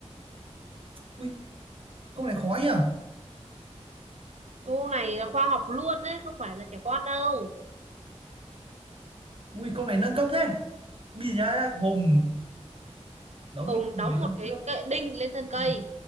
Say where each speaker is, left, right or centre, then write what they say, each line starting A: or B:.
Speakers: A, on the right (about 50°); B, on the right (about 70°).
A: ui câu này khó nhở
B: Câu này là khoa học luôn đấy, không phải là trẻ con đâu.
A: ui câu này nâng cấp thế bây giờ nhá, Hùng đóng
B: Hùng
A: đinh 10
B: đóng
A: năm
B: một cái
A: trước
B: cây đinh lên thân cây
A: ừ.